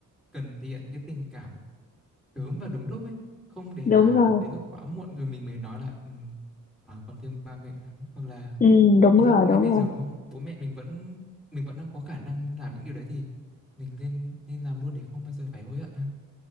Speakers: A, in the centre; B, on the left.
A: cần thể hiện cái tình cảm sớm và đúng lúc ấy không để
B: đúng
A: mà
B: rồi
A: tới lúc quá muộn rồi mình mới nói là ừ, à, con thương ba mẹ lắm hoặc là
B: Ừ, đúng
A: ý
B: rồi
A: là ngay
B: đúng
A: bây
B: rồi
A: giờ đúng không bố mẹ mình vẫn mình vẫn đang có khả năng làm những điều đấy thì mình nên nên làm luôn để không bao giờ phải hối hận ha